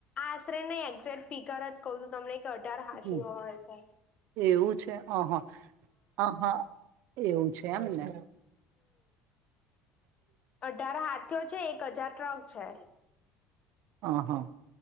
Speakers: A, on the left; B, on the right.
A: આશરે નને એક્ઝેક્ટ ફિકર જ કઉ છું તમને. કે અઢાર હાથીઓ
B: હમ્મ
A: હોય છે.
B: એવું છે હ હા આ હા. એવું છે એમને.
A: ત્યારે હાથીયો છે એક હજાર ટ્રક છે.
B: હ હ